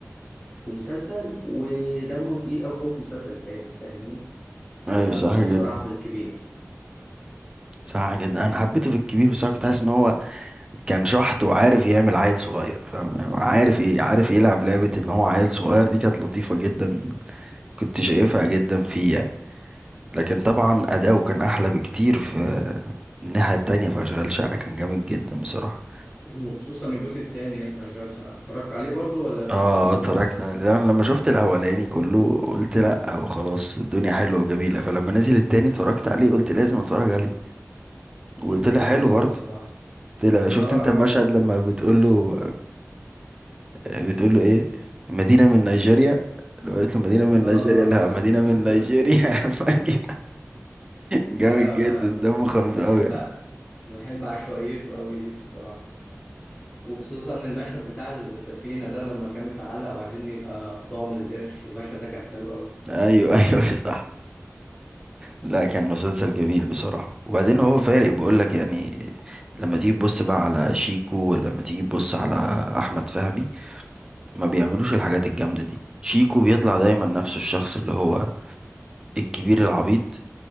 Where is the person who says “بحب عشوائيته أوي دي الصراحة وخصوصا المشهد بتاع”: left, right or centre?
Left